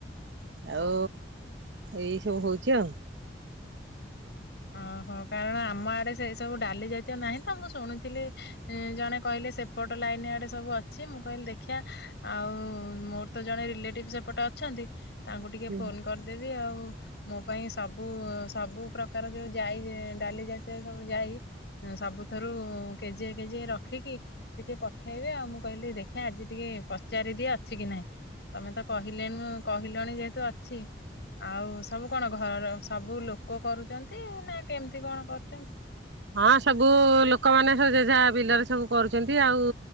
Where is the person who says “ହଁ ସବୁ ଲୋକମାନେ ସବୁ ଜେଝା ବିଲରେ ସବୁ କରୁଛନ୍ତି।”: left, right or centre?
Right